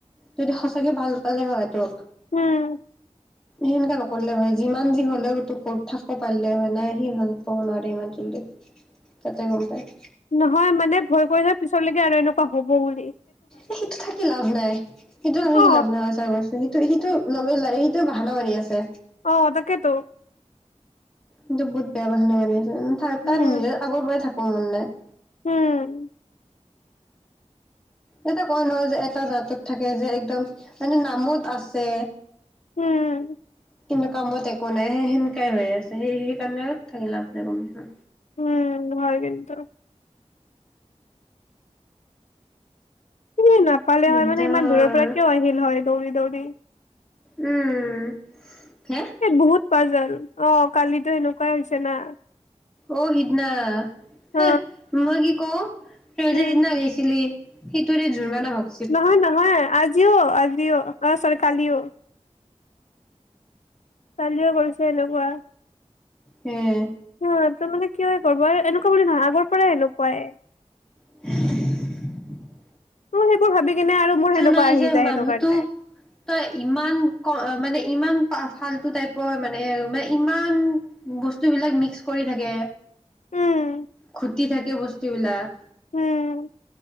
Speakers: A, in the centre; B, on the left.
A: যদি সঁচাকে ভাল পালে হয় তোক।
B: উম
A: সেনেকা নকৰিলে হয়, যিমান যি হ'লেও ক'ত থাকিব পাৰিলে হয়। নাই সি ক'ব নোৱাৰে ইমান যল্দি, তাতে গম পায়।
B: নহয় মানে ভয় কৰিলে পিছৰলৈকে আৰু এনেকুৱা হ'ব বুলি।
A: এ সেইটো থাকি লাভ নাই, সেইটো থাকি
B: অ
A: লাভ নাই সঁচা কৈছোঁ। সিটো, সিটো লগে ল সিটো বাহানা মাৰি আছে।
B: অ', তাকেইতো।
A: কিন্তু বহুত বেয়া বাহানা মাৰি আছে।
B: উম
A: তাত নিজৰ আগৰ পৰাই থাকিব মন নাই।
B: উম্।
A: এটা কয় নহয় যে এটা জাতত থাকে যে, একদম মানে নামত আছে।
B: উম্।
A: কিন্তু কামত একো নাই, সেই সেনকাই হৈ আছে। সেই কাৰণেও থাকি লাভ নাই গম পাইছ।
B: উম্, হয় কিন্তু। শুনি নাপালেও
A: দিগদাৰ
B: হয়, মানে ইমান দূৰৰ পৰা কিয় আহিল হয় দৌৰি দৌৰি।
A: উম্, হা।
B: এই বহুত পাজেল। অ', কালিতো সেনেকুৱাই হৈছে না।
A: অ', সিদিনা।
B: অ'
A: হে মই কি কওঁ, তই
B: উম।
A: যে সিদিনা গৈছিলি। সেইটোৰে জোৰমা নওক।
B: নহয় নহয়, আজিও আজিও। অ', চৰি কালিও। কালিযও কৰিছে এনেকুৱা।
A: হে।
B: অ', তাৰ মানে কি হয়, বৰবাৰ এনেকুৱা বুলি নহয়, আগৰ পৰাই এনেকুৱাই।
A: হি হি হি হি হু হু হু হু।
B: তো সেইবোৰ ভাবি কিনে আৰু মোৰ সেনেকুৱা
A: নাই
B: আহি
A: যে
B: যায়
A: মানুহটো
B: সেইটো কাৰণে।
A: তই ইমান ক মানে ইমান পা ফালতু টাইপৰ মানে মান ইমান বস্তু বিলাক মিক্স কৰি থাকে।
B: উম
A: খুটি থাকে বস্তু বিলাক
B: উম